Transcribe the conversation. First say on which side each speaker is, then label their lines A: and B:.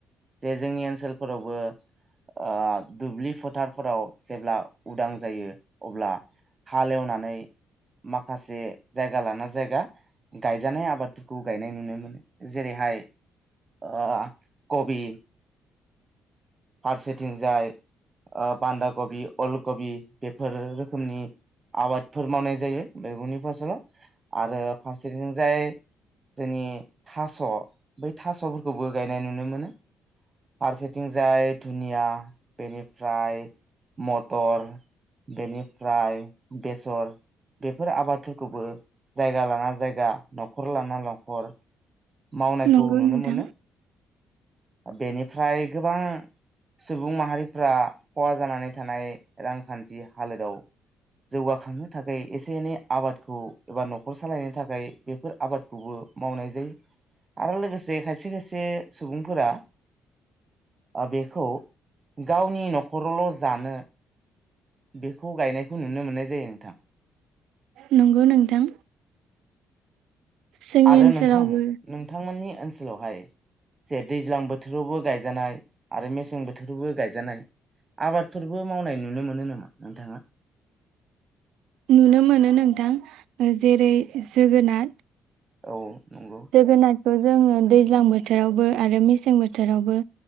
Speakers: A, on the right; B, on the right.
A: जे जोंनि ओनसोलफोरावबो आ दुब्लि फोथारफोराव जेब्ला उदां जायो अब्ला हालेवनानै माखासे जायगा लाना जायगा गायजानाय आबादफोरखौ गायनाय नुनो मोनो जेरैहाय ओ कबि फारसेथिंजाय ओ बान्दा कबि अलकबि बेफोर रोखोमनि आबादफोर मावनाय जायो मैगंनि फसलाव आरो फारसेथिंजाय जोंनि थास' बै थास'फोरखौबो गायनाय नुनो मोनो फारसेथिं- जाय धुनिया बेनि- फ्राय मटर बेनिफ्राय बेसर बेफोर आबादफोरखौबो जायगा लाना जायगा न'खर लाना न'खर मावनायखौ
B: नंगौ
A: नुनो
B: नोंथां
A: मोनो बेनिफ्राय गोबां सुबुं माहारिफ्रा खहा जानानै थानाय रांखान्थि हालोदाव जौगाखांनो थाखाय एसे एनै आबादखौ एबा न'खर सालायनो थाखाय बेफोर आबादखौबो मावनाय जायो आरो लोगोसे खायसे खायसे सुबुंफोरा आ बेखौ गावनि न'खर'ल' जानो बेखौ गायनायखौ नुनो मोननाय जायो नोंथां
B: नंगौ नोंथां जोंनि
A: आरो
B: ओनसोलावबो
A: नोंथां नोंथांमोननि ओनसोलावहाय जे दैज्लां बोथोरावबो गायजानाय आरो मेसें बोथोरावबो गायजानाय आबादफोरबो मावनाय नुनो मोनो नामा नोंथाङा?
B: नुनो मोनो नोंथां जेरै जोगोनार
A: औ नंगौ
B: जोगोनाट- खौ जोङो दैज्लां बोथोरावबो आरो मेसें बोथोरावबो